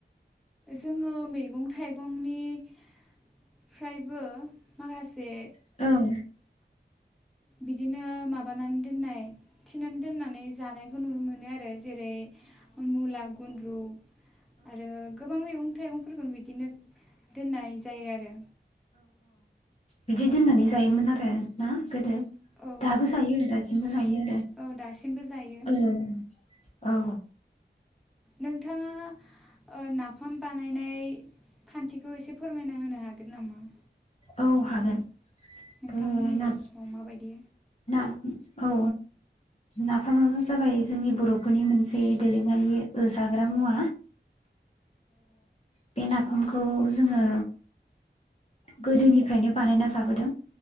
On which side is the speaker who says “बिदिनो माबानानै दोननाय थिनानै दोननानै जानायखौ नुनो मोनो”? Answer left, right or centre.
Centre